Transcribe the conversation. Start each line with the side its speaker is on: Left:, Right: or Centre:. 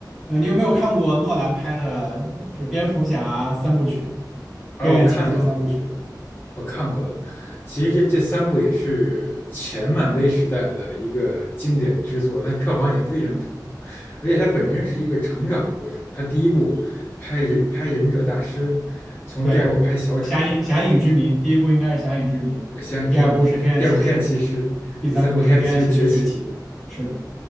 Centre: 呃，你有没有看过诺兰拍的就蝙蝠侠三部曲，
Left: 啊，
Centre: 《黑暗骑士》三部曲？
Left: 我看到了，我看过了。其实这这三部也是前漫威时代的一个经典之作，它票房也非常成功，而且它本身是一个成长的过程。它第一部拍忍拍忍者大师，从第二部拍小丑、
Centre: 对，《侠影侠影之谜》第一部应该是《侠影之谜》，
Left: 呃想想之谜，
Centre: 第二部是《黑暗骑士》，
Left: 第二部黑暗骑士，
Centre: 第三部是《黑暗骑士崛起》。
Left: 第三部黑暗骑士崛起。
Centre: 是的。